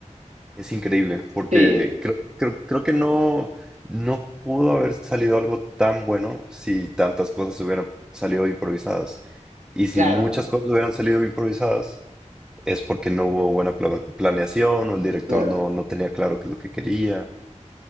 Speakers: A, in the centre; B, on the right (about 70°).
A: Es increíble, porque
B: Sí,
A: creo, creo, creo que no, no pudo haber salido algo tan bueno si tantas cosas hubieran salido improvisadas. Y si
B: claro,
A: muchas cosas hubieran salido improvisadas, es porque no hubo buena pla- planeación o el director
B: claro.
A: no, no tenía claro qué es lo que quería.